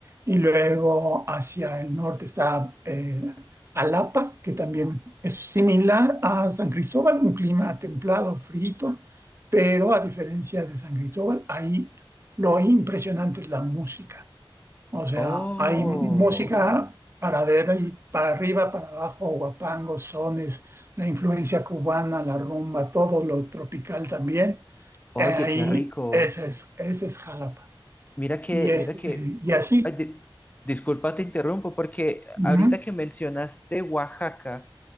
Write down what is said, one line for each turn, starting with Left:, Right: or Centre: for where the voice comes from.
Right: Y luego hacia el norte está eh, Jalapa, que también es similar a San Cristóbal, un clima templado, frío, pero a diferencia de San Cristóbal, ahí lo impresionante es la música. O sea,
Left: Oh,
Right: hay música para arriba y para arriba, para abajo, guapangos, sones, la influencia cubana, la rumba, todo lo tropical también.
Left: oye,
Right: Eh, ahí,
Left: qué rico.
Right: esa es, ese es Jalapa.
Left: Mira que,
Right: Y, este,
Left: mira que,
Right: y así.
Left: ay, di- disculpa, te interrumpo, porque
Right: Ujú,
Left: ahorita que mencionaste Oaxaca,